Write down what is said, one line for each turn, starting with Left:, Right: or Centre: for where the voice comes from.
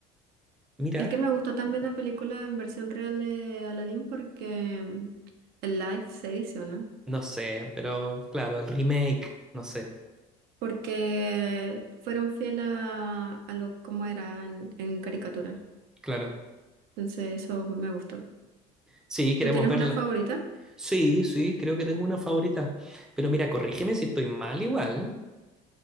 Centre: Mira,
Right: Es que me gustó también la película en versión real de Aladdin porque mm, el live se dice, ¿o no?
Centre: no sé, pero claro, el remake, no sé,
Right: Porque fueron fieles a, a lo como era en, en caricatura.
Centre: claro.
Right: Entonces eso me gustó.
Centre: Sí, queremos
Right: ¿Tú tienes
Centre: verla.
Right: una favorita?
Centre: Sí, sí, creo que tengo una favorita. Pero mira, corrígeme si estoy mal igual,